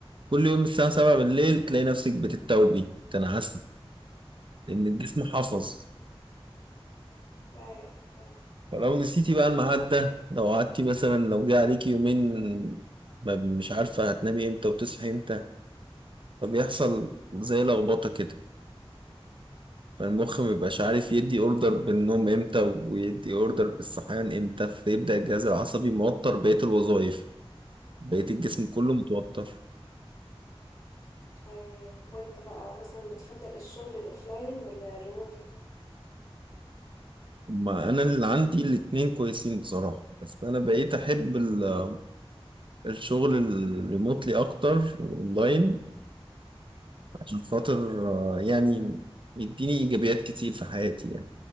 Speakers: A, on the right (about 55°); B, on the left (about 35°).
A: كل يوم الساعة 7 بالليل تلاقي نفسك بتتوبي تنعسي لان الجسم حفظ
B: ايوه فعلا.
A: فلو نسيتي بقى الميعاد ده لو قعدتي مثلا لو جه عليكي يومين ما- مش عارفة هتنامي امتى وتصحي امتى فبيحصل زي لخبطة كده فالمخ مبيبقاش عارف يدي اوردر بالنوم امتى ويدي اوردر بالصحيان امتى فيبدأ الجهاز العصبي موتر بقية الوظائف بقية الجسم كله متوتر
B: ايوه وانت بقى مثلا بتفضل الشغل الاوفلاين ولا الريموتلي
A: ما انا اللي عندي الاتنين كويسين بصراحة بس انا بقيت احب ال- الشغل الريموتلي اكتر اونلاين عشان خاطر آه، يعني يديني ايجابيات كتير في حياتي يعني